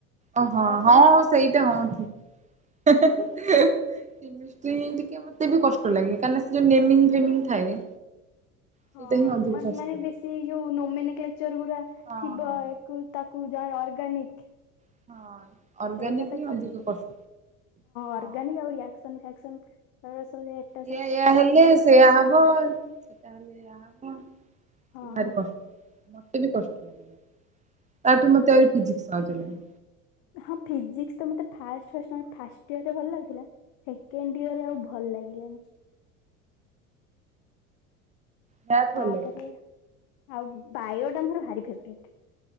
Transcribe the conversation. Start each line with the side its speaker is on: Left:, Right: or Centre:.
Right: ଓହୋ
Left: ତାପରେ
Right: ହଁ
Left: କେମିତି
Right: ହଁ ସେଇଟା ହଁ ଠିକ। କେମିଷ୍ଟ୍ରୀ ଟିକେ ମତେ ବି କଷ୍ଟ ଲାଗେ କାହିଁକି ସେ ଯୋ ନେମିଙ୍ଗ ଫେମିଙ୍ଗ ଥାଏ ସେଇଟା
Left: ହଁ
Right: ହିଁ ଅଧିକ କଷ୍ଟ।
Left: ମାନେ
Right: ଲାଗେ।
Left: ବେଶୀ ଯୋଉ ନୋମେନକ୍ଳେଚର ଗୁରା
Right: ହଁ
Left: ଥିବ
Right: ହଁ।
Left: କୁ ତାକୁ ଯା ଅର୍ଗାନିକ
Right: ହଁ। ଅର୍ଗାନିକ
Left: ସେଇଟା ତ
Right: ହିଁ
Left: କଷ୍
Right: ଅଧିକ କଷ୍ଟ
Left: ଅର୍ଗାନିକ୍
Right: ହଁ
Left: ଆଉ ରିଆକ୍ସନ ଫିଆକ୍ସନ ସ
Right: ଏୟା ଏୟା ହେଲେ ସେୟା ହବ ସେଟା ହେଲେ ଏୟା ହବ
Left: ହଁ
Right: ଭାରି କଷ୍ଟ। ମତେ ବି କଷ୍ଟ ଲାଗେ ତାଠୁ ମତେ
Left: ସେ
Right: ଆହୁରି ଫିଜିକ୍ ସହଜ ଲାଗେ।
Left: ହଁ ଫିଜିକ୍ସ ତ ମତେ ଫାଷ୍ଟ ଫାଷ୍ଟ ଫାଷ୍ଟ ଇୟର ରେ ଭଲ ଲାଗୁଥିଲା ସେକେଣ୍ଡ ଇୟରରେ ଆଉ ଭ ଭଲ ଲାଗିଲାନି।
Right: ମ୍ୟାଥ ଭଲ
Left: ତାପରେ
Right: ଲାଗେ।
Left: ଆଉ ବାୟୋଟା ମୋର ଭାରି ଫେବରେଟ୍।